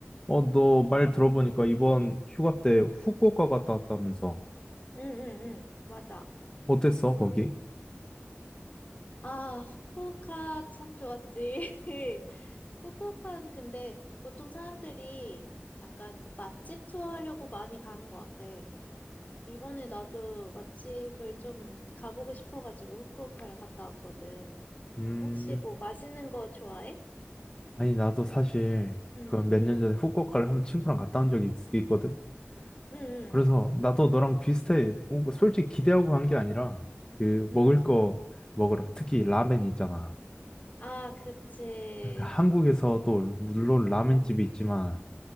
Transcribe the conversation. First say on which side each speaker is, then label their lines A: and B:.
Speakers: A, on the left; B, on the left.
A: 어, 너 말 들어보니까 이번 휴가 때 후쿠오카 갔다 왔다면서.
B: 응응응 맞아.
A: 어땠어, 거기?
B: 아, 후쿠오카 참 좋았지. <laughs> 후쿠오카는 근데 보통 사람들이 약간 맛집 투어하려고 많이 가는 것 같아. 이번에 나도 맛집을 좀 가보고 싶어가지고 후쿠오카를 갔다 왔거든.
A: 음,
B: 혹시 뭐 맛있는 거 좋아해?
A: 아니, 나도 사실
B: 응,
A: 그 몇
B: 응,
A: 년 전에 후쿠오카를 한번 친구랑 갔다 온 적이 있, 거든
B: 응, 응,
A: 그래서 나도 너랑 비슷해. 뭔가 솔직히 기대하고 간 게 아니라 그
B: 응.
A: 먹을 거 먹으러 특히 라멘 있잖아.
B: 아, 그치.
A: 그러니까 한국에서도 물론 라멘집이
B: 응,
A: 있지만